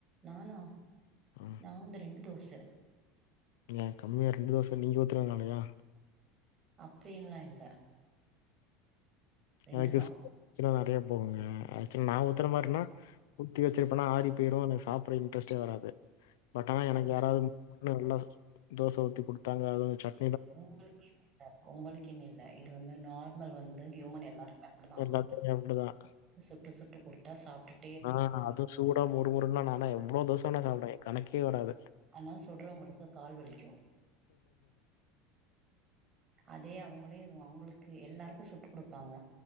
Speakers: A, on the right; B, on the left.
A: நானா
B: சாப்ட்டீங்க
A: நா வந்து ரெண்டு தோச
B: ஏ கம்மியா ரெண்டு தோச நீங்க உத்துறனாலயா
A: அப்டின்லா இல்ல ரெண்டுதா
B: எனக்கு <inaudible> நறைய போகுங்க நா ஊத்துற மாரினா ஊத்தி வெச்சிருப்பனா ஆரி போய்ரு அனா எனக் சாப்ட்ற இன்ட்ரெஸ்ட்டே வராது பட் ஆனா எனக்கு
A: ஆ
B: யாராவ்து நல்லா தோச ஊத்தி குடுத்தாங்க அதுவு சட்
A: உங்களுக்கு இல்ல உங்களுக்கின் இல்ல இது வந்து நார் மல் வந்து ஹூமன் எல்லாருமே அப்டிதா
B: எல்லாத்துலயு ஆ அது எல்லாத்தையும் அப்படிதான்.
A: வ சுட்டு சுட்டு குடுத்தா சாப்ட்டுட்
B: ஆ அது சூடா மொறு முறுன்லா நானா எவ்ளோ தோச வேண் சாப்டுவே கணக்கே வராது
A: அனா சுட்றோங்களுக்கு கால் வலிக்கு அதே அவுங்களே அவுங்களுக்கு எல்லாருக்கு சுட்டு குடுப்பாங்க